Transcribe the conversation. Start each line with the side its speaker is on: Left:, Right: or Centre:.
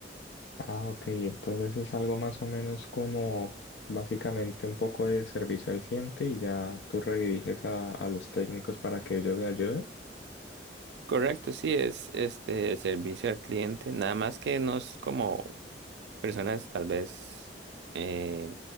Left: Ah, ok, entonces es algo más o menos como básicamente un poco de servicio al cliente y ya tú rediriges a, a los técnicos para que ellos le ayuden.
Right: Correcto, sí, es este servicio al cliente, nada más que no es como personas tal vez eh,